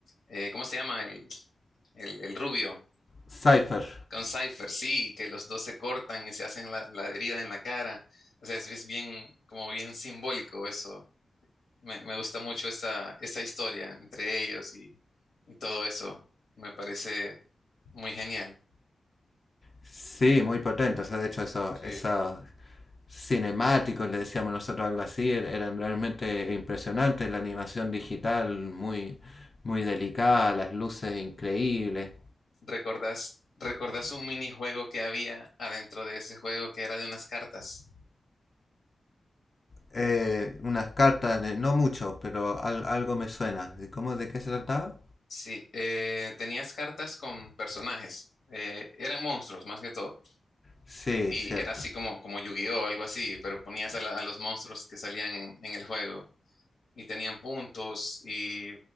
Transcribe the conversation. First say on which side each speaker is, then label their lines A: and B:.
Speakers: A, on the left (about 90°); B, on the left (about 35°).
A: eh, ¿cómo se llama? El, el, el rubio,
B: Cypher.
A: con Cypher, sí, que los dos se cortan y se hacen la, la herida en la cara. O sea, es, es bien, como bien simbólico eso. Me, me gusta mucho esa, esa historia entre ellos y, y todo eso. Me parece muy genial.
B: Sí, muy potente. O sea, de hecho, esos,
A: Sí.
B: esos cinemáticos, le decíamos nosotros algo así, er- eran realmente impresionantes. La animación digital muy, muy delicada, las luces increíbles.
A: ¿Recordás, recordás un minijuego que había adentro de ese juego que era de unas cartas?
B: Eh, unas cartas de, no mucho, pero al- algo me suena. ¿De cómo, de qué se trataba?
A: Sí, eh, tenías cartas con personajes. eh, eran monstruos más que todo.
B: Sí,
A: Y
B: cierto.
A: era así como, como Yu-Gi-Oh, algo así, pero ponías a, la- a los monstruos que salían en, en el juego. Y tenían puntos y,